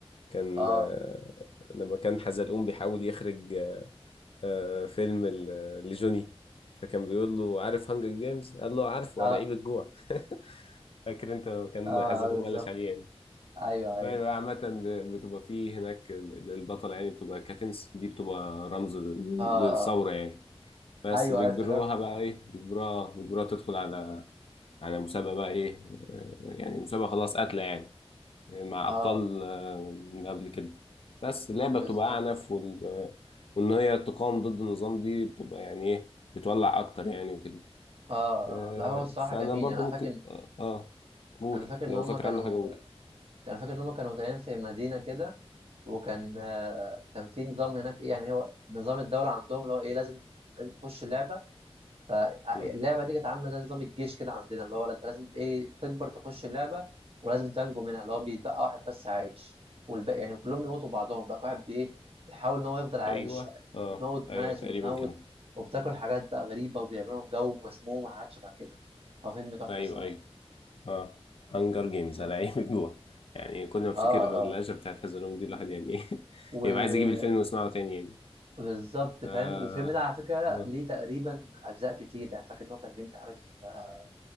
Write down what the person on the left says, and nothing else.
كان
آه، لما كان حزلقوم بيحاول يخرج آه، فيلم ل- لجوني فكان بيقول له عارف هانجر جيمز قال له عارفه
لعيب الجوع <laughs> فاكر انت لما كان
حزلقوم
قلش عليه يعني
فهي بقى عامة ب- بتبقى فيه هناك البطلة يعني بتبقى كاتنس دي بتبقى رمز لل-
للثورة يعني بس
بيجبروها
بقى ايه بيجبروها بيجبروها تدخل على على مسابقة بقى إيه آه، يعني مسابقة خلاص قاتلة يعني مع
أبطال آه، من قبل كده بس اللعبة
بتبقى أعنف وال... وإن هي تقاوم ضد النظام دي بتبقى يعني إيه بتولع أكتر يعني وكده
آه،
فأنا
برضو
ممكن آه آه، قول
لو
فاكر
عنها حاجة قول
مم.
أيوه آه
أيوه
تقريبا
كده
أيوه
أيوه آه هانجر جيمز
أنا عيب جوع يعني كل ما أفتكر
اللهجة بتاعت حزلوم دي الواحد يعني إيه <laughs>
يبقى عايز أجيب الفيلم وأسمعه تاني يعني
ف...
آه.